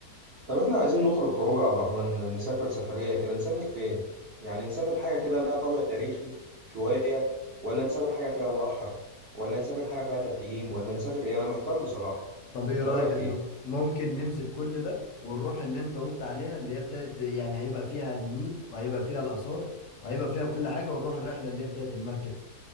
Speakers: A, on the right; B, on the left.
A: طب احنا عايزين نخرج خروج يا عبد الرحمن نسافر سفرية كده نسافر فين؟ يعني نسافر حاجة كده لها طابع تاريخي شوية ولا نسافر حاجة فيها بحر ولا نسافر حاجة فيها تخييم ولا نسافر ايه انا محتار بصراحة
B: طب ايه
A: انت
B: رأيك
A: رأيك
B: احنا
A: ايه؟
B: ممكن نمسك كل ده ونروح اللي انت قلت عليها اللي هي بتاعت يعني هيبقى فيها النيل وهيبقى فيها الآثار وهيبقى فيها كل حاجة ونروح الرحلة اللي هي بتاعت المركب